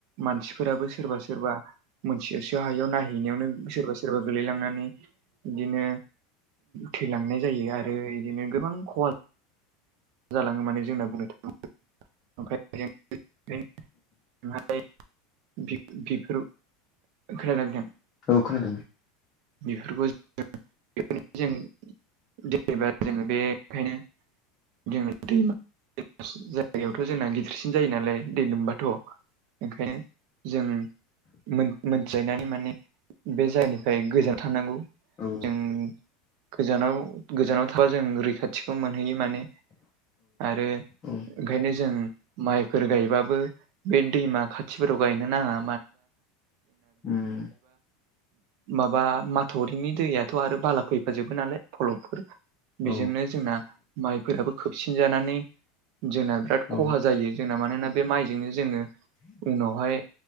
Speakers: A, on the right; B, on the left.
A: मानसिफोराबो सोरबा सोरबा मोनथिस' हायैयाव नायहैनायावनो सोरबा सोरबा गोलैलांनानै बिदिनो थैलांनाय जायो आरो इदिनो गोबां खहा जालाङो माने जोंना बुंनो थाङोब्ला ओंखायनो ओमफ्राय बि बिफोराव खोनादोंदा बिथां।
B: औ खोनादों।
A: बेफोरखौहाय <unintelligible> जेनेबा जोङो बेखायनो जेनेबा दैमा जायगायावथ' जोंना गिदिरसिन जायो नालाय दै लोमबाथ'। ओंखायनो जों मोन-मोनथिलायनानै माने बे जायगानिफ्राय गोजानाव थानांगौ
B: औ
A: जों गोजानाव गोजानाव थाबा जों रैखाथि खौ मोनहैयो माने आरो
B: औ
A: ओंखायनो जों मायफोर गायबाबो बे दैमा खाथिफोराव गायनो नाङा।
B: उम
A: माबा माथावरिनि दैयाथ' आरो बाला फैफाजोबो नालाय फलमफोर बेजोंनो
B: औ
A: जोंना माइफोराबो खोबसिन जानानै जोंना बिराद
B: औ
A: खहा जायो जोंना मानोना बे माइजोंनो जोङो। उनावहाय